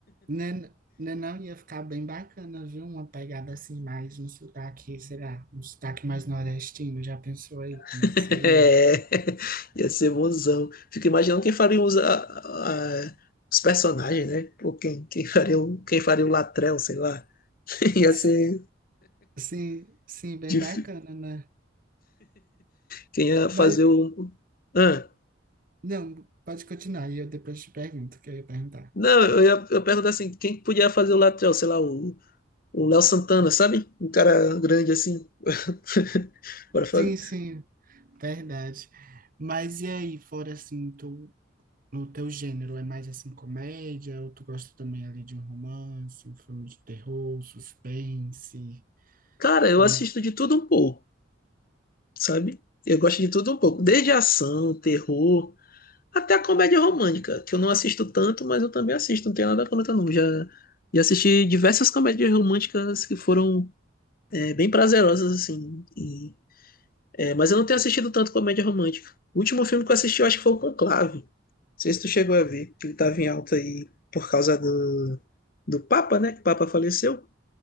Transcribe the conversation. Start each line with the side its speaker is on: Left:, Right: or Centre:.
Right: Né, né não ia ficar bem bacana, viu? Uma pegada assim mais um sotaque, sei lá, um sotaque mais nordestino. Já pensou aí como
Left: <laughs>
Right: é que seria?
Left: É, ia ser bonzão. Fico imaginando quem faria os, a- a- os personagens, né? Ou quem, quem faria o, quem faria o Latrell, sei lá. <laughs> Ia
Right: S-
Left: ser
Right: Sim, sim, bem
Left: difícil.
Right: bacana, né?
Left: Quem ia fazer
Right: Mas,
Left: o. Ah,
Right: não, pode continuar, e eu depois te pergunto o que eu ia perguntar.
Left: não, eu, ia, eu pergunto assim: quem podia fazer o Latrell? Sei lá, o, o Léo Santana, sabe? Um cara grande assim. <laughs> Bora fazer.
Right: Sim, sim. Verdade. Mas e aí, fora assim, tu, no teu gênero, é mais assim comédia, ou tu gosta também ali de um romance, um filme de terror, suspense,
Left: Cara, eu
Right: como...
Left: assisto de tudo um pouco, sabe? Eu gosto de tudo um pouco, desde ação, terror. Até a comédia romântica, que eu não assisto tanto, mas eu também assisto, não tenho nada contra não. Já, já assisti diversas comédias românticas que foram é, bem prazerosas, assim. E, é, mas eu não tenho assistido tanto comédia romântica. O último filme que eu assisti, eu acho que foi o Conclave. Não sei se tu chegou a ver, que ele tava em alta aí por causa do, do Papa, né? Que o Papa faleceu.